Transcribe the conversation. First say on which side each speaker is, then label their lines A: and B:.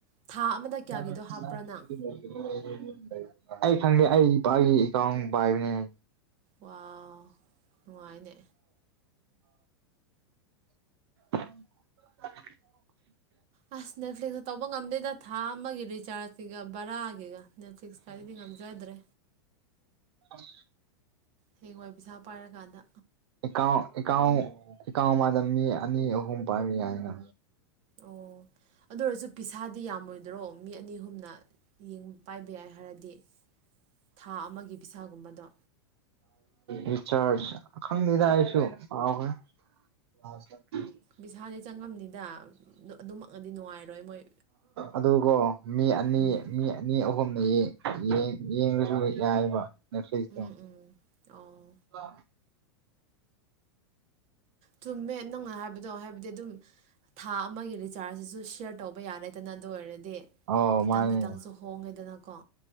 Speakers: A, on the right (about 50°); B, on the right (about 70°).
A: ꯊꯥ ꯑꯃꯗ
B: <unintelligible>
A: ꯀꯌꯥꯒꯤꯗꯣ ꯍꯥꯞꯄ꯭ꯔꯥ ꯅꯪ
B: ꯑꯩ ꯈꯪꯗꯦ ꯑꯩ ꯏꯄꯥꯒꯤ ꯑꯦꯀꯥꯎꯟ ꯄꯥꯏꯕꯅꯦ <unintelligible>
A: ꯋꯥꯎ ꯅꯨꯡꯉꯥꯏꯅꯦ
B: <unintelligible>
A: ꯑꯥꯁ ꯅꯦꯠꯐ꯭ꯂꯤꯛꯁꯀ ꯇꯧꯕ ꯉꯝꯗꯦꯗ ꯊꯥ ꯑꯃꯒꯤ ꯔꯤꯆꯥꯔꯖꯀꯤꯒ ꯕꯔꯥꯒꯤꯒ ꯅꯦꯠꯐ꯭ꯂꯤꯛꯁ ꯀꯥꯏꯗꯨꯗꯤ ꯉꯝꯖꯗ꯭ꯔꯦ
B: ꯑꯁ
A: ꯍꯌꯦꯡꯋꯥꯏ ꯄꯩꯁꯥ ꯄꯥꯏꯔꯀꯥꯟꯗ
B: ꯑꯦꯀꯥꯎ ꯑꯦ ꯑꯦꯀꯥꯎ ꯑꯦꯀꯥꯎ ꯑꯃꯗ ꯃꯤ ꯑꯅꯤ ꯑꯍꯨꯝ ꯄꯥꯏꯕ ꯌꯥꯏꯅ
A: ꯑꯣ ꯑꯗꯨ ꯑꯣꯏꯔꯁꯨ ꯄꯤꯁꯥꯗꯤ ꯌꯥꯝꯃꯣꯏꯗ꯭ꯔꯣ ꯃꯤ ꯑꯅꯤ ꯑꯍꯨꯝꯅ ꯄꯥꯏꯕ ꯌꯥꯏ ꯍꯥꯏꯔꯗꯤ ꯊꯥ ꯑꯃꯒꯤ ꯄꯤꯁꯥꯒꯨꯝꯕꯗꯣ
B: ꯔꯤꯆꯥꯔꯁ ꯈꯪꯗꯦꯗ ꯑꯩꯁꯨ ꯀꯥꯎꯈ꯭ꯔꯦ <unintelligible>
A: ꯄꯤꯁꯥꯗꯤ ꯆꯪꯉꯝꯅꯤꯗ ꯑꯗꯨꯃꯛꯅꯗꯤ ꯅꯨꯡꯉꯥꯏꯔꯣꯏ ꯃꯣꯏ
B: ꯑꯗꯨꯒꯣ ꯃꯤ ꯑꯅꯤ
A: ꯎꯝ
B: ꯃꯤ ꯑꯅꯤ ꯑꯍꯨꯝꯅ <unintelligible> ꯌꯦꯡꯉꯁꯨ ꯌꯥꯏꯕ ꯅꯦꯠꯐ꯭ꯂꯤꯛꯁꯇꯣ
A: ꯎꯝ ꯎꯝ ꯑꯣ
B: ꯂꯥ
A: ꯆꯨꯝꯃꯦ ꯅꯪꯅ ꯍꯥꯏꯕꯗꯣ ꯍꯥꯏꯕꯗꯤ ꯑꯗꯨꯝ ꯊꯥ ꯑꯃꯒꯤ ꯔꯤꯆꯥꯔꯁꯁꯤꯁꯨ ꯁꯤꯌꯔ ꯇꯧꯕ ꯌꯥꯔꯦꯗꯅ ꯑꯗꯨ ꯑꯣꯏꯔꯗꯤ
B: ꯑꯧ
A: ꯈꯤꯇꯪ
B: ꯃꯥꯅꯦ
A: ꯈꯤꯇꯪꯁꯨ ꯍꯣꯡꯉꯦꯗꯅꯀꯣ